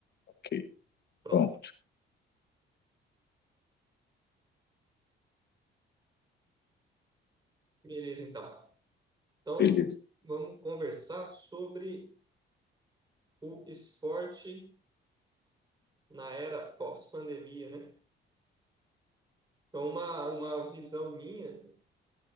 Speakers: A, on the left; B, on the right.
A: Ok,
B: Pronto.
A: bom,
B: Beleza, então. Então,
A: beleza.
B: vamos conversar sobre o esporte na era pós-pandemia, né? Então, uma, uma visão minha,